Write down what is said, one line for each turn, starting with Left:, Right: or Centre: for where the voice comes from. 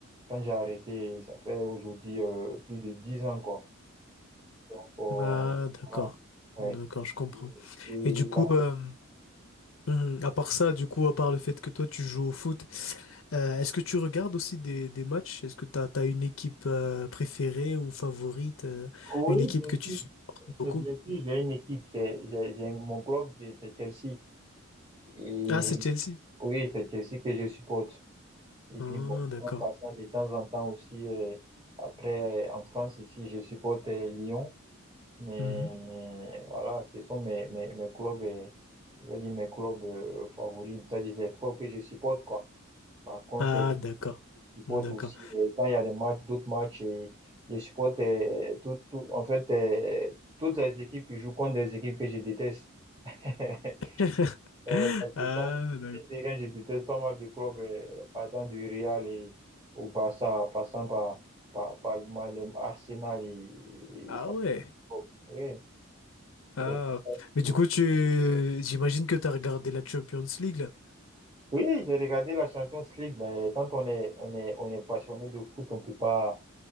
Right: quand j'ai arrêté, ça fait aujourd'hui euh, plus de 10 ans, quoi. Donc, euh,
Left: mhm. Ah, d'accord.
Right: voilà, ouais.
Left: D'accord, je comprends.
Right: Et
Left: Et du coup,
Right: là-
Left: euh, mhm, à part ça, du coup, à part le fait que toi, tu joues au foot, euh, est-ce que tu regardes aussi des, des matchs? Est-ce que tu as, une équipe euh, préférée ou favorite, euh,
Right: oui,
Left: une équipe
Right: bien
Left: que
Right: sûr.
Left: tu supportes beaucoup?
Right: Et bien sûr, j'ai une équipe, j'ai, j'ai, j'ai- mon club, c'est c'est Chelsea. Et
Left: Ah, c'est Chelsea.
Right: oui, c'est Chelsea que je supporte. Et
Left: Ah,
Right: puis bon,
Left: d'accord.
Right: en passant de temps en temps aussi, euh, après, euh, en France, ici, je supporte euh, Lyon. Mais
Left: Mhm.
Right: voilà, ce sont mes, mes, mes clubs, euh, je vais dire mes clubs euh, favoris, c'est-à-dire les clubs que je supporte, quoi. Par contre,
Left: Ah,
Right: euh,
Left: d'accord.
Right: je supporte
Left: D'accord.
Right: aussi, euh, quand il y a des matchs, d'autres matchs, et je supporte euh, tout, tout, en fait, euh, toutes les équipes qui jouent contre des équipes que je déteste. <laughs>
Left: <laughs>
Right: Euh, parce que
Left: Ah,
Right: pas,
Left: d'accord.
Right: mine de rien, je déteste pas mal de clubs, euh, partant du Real et au Barça, en passant par, par, par moi, les Arsenal et, et
Left: Ah
Right: par-
Left: ouais.
Right: oui,
Left: Ah,
Right: je les aime pas du
Left: mais
Right: tout.
Left: du coup, tu, j'imagine que tu as regardé la Champions League, là.
Right: Oui, j'ai regardé la Champions League, mais quand on est, on est, on est passionné de foot, on peut pas